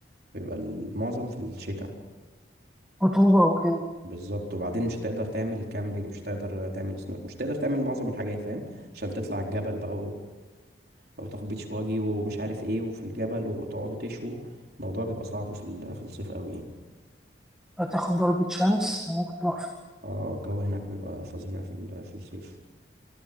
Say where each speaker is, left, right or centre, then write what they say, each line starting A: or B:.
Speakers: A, on the right; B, in the centre.
A: بيبقى المعظم في الشتاء
B: رطوبة وكده
A: بالظبط وبعدين مش هتقدر تعمل كامبينج مش هتقدر تعمل سنو مش هتقدر تعمل معظم الحاجات فاهم عشان تطلع الجبل بقى او تاخد بيتش باجي ومش عارف ايه وفي الجبل وتقعدوا تشوا الموضوع بيبقى صعب في ال- في الصيف قوي يعني
B: هتاخد ضربة شمس ممكن تروح فيه
A: اه الجو هناك بيبقى فظيع في ال- في الصيف